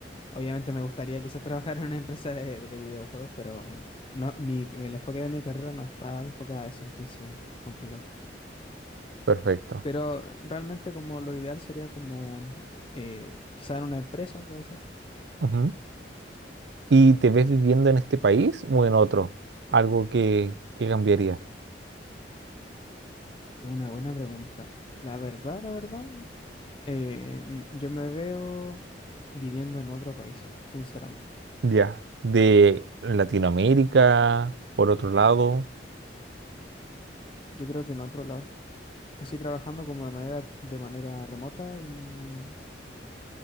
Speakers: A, on the left; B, on the right.
A: Obviamente me gustaría quizás trabajar en una empresa de, de videojuegos, pero mm, no, mi, el enfoque de mi carrera no está enfocado a eso, entonces complicado.
B: Perfecto.
A: Pero realmente como lo ideal sería como eh, quizá en una empresa, puede ser.
B: Ujú. ¿Y te ves viviendo en este país o en otro? Algo que, que cambiaría.
A: Es una buena pregunta. La verdad, la verdad, eh, mm, yo me veo viviendo en otro país, sinceramente.
B: Ya. De Latinoamérica, por otro lado.
A: Yo creo que en otro lado. Así trabajando como de manera, de manera remota y,